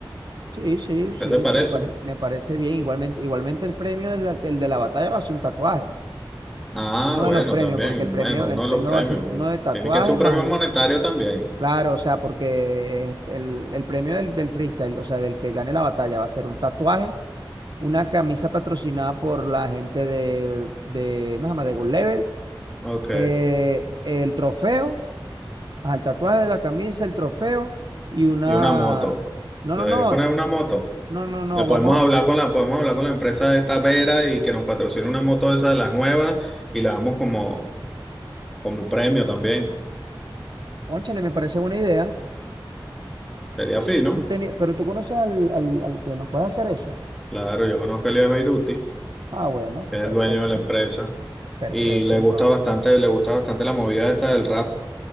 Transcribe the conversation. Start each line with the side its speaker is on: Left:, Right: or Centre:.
Right: sí, sí,
Centre: ¿Qué
Right: sí,
Centre: te parece?
Right: me pare- me parece bien. Igualmente, igualmente el premio de la- del de la batalla va a ser un tatuaje,
Centre: Ah,
Right: uno
Centre: bueno,
Right: de los premios,
Centre: también,
Right: porque el premio,
Centre: bueno, uno
Right: el premio
Centre: de los premios.
Right: va a ser uno
Centre: bueno,
Right: de tatuaje
Centre: Tiene que ser un
Right: más,
Centre: premio
Right: el-
Centre: monetario también.
Right: claro, o sea, porque este, el, el premio del, del freestyle, o sea, del que gane la batalla va a ser un tatuaje, una camisa patrocinada por la gente de, de, ¿cómo se llama? de Gold Level,
Centre: Ok,
Right: eh, el trofeo, ajá, el tatuaje de la camisa, el trofeo y una,
Centre: y una moto.
Right: no,
Centre: Deberías
Right: no, no,
Centre: poner una moto.
Right: no, no, no,
Centre: Le podemos
Right: vamos
Centre: hablar
Right: a...
Centre: con la, podemos hablar con la empresa de esta Vera y que nos patrocine una moto de esas de las nuevas y la damos como, como premio también.
Right: Cónchale, me parece buena idea.
Centre: Sería fino.
Right: Tú tenías, pero tú conoces al, al, al que nos puede hacer eso.
Centre: Claro, yo conozco a Elías Beiruti,
Right: Ah, bueno,
Centre: que es
Right: perfecto.
Centre: el dueño de la empresa,
Right: Perfecto,
Centre: y le
Right: entonces.
Centre: gusta bastante, le gusta bastante la movida esta del rap.